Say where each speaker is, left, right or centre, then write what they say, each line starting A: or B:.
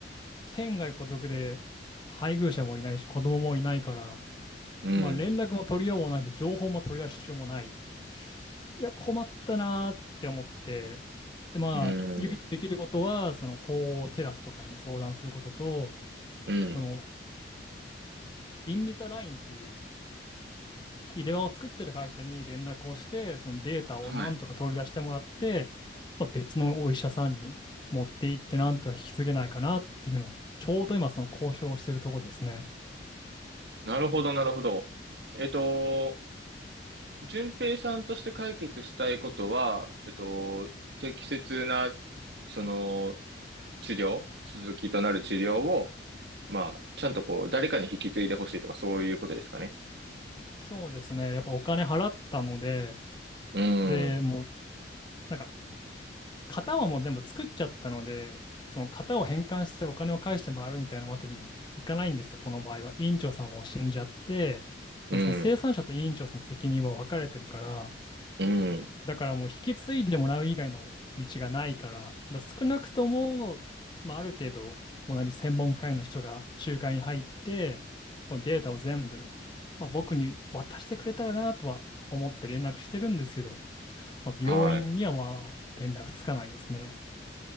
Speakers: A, on the left; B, on the right.
A: 天涯孤独で配偶者もいないし、子供もいないから、
B: う
A: まあ、連絡も取りようもないし、情報も取り出しようもない。いや、困ったなーって思って、で、まあ、
B: ん、
A: 唯一できることは、その法をテラスとかに相談することと、
B: うん。
A: その、インビザラインっていう入れ歯を作ってる会社に連絡をして、そのデータをなんとか取り出してもらって、
B: はい。
A: まあ、別のお医者さんに持って行ってなんとか引き継げないかなっていうのを、ちょうど今その交渉をしてるとこですね。
B: なるほど、なるほど。えっと、順平さんとして解決したいことは、えっと、適切な、その、治療、続きとなる治療を、まあ、ちゃんとこう、誰かに引き継いでほしいとか、そういうことですかね。
A: そうですね。やっぱお金払ったので、
B: うん、
A: で、もうなんか型はもう全部作っちゃったので、その型を返還してお金を返してもらうみたいなわけにもいかないんですよ、この場合は。委員長さんも死んじゃって、でもその生産者と委員長さんの責任は分かれてるから、
B: うん、うん。
A: だからもう引き継いでもらう以外の道がないから、だ少なくとも、まあ、ある程度同じ専門家医の人が仲介に入って、そのデータを全部、まあ、僕に渡してくれたらなとは思って連絡してるんですけど、まあ、病院にはまあ連絡つかないですね。
B: はい。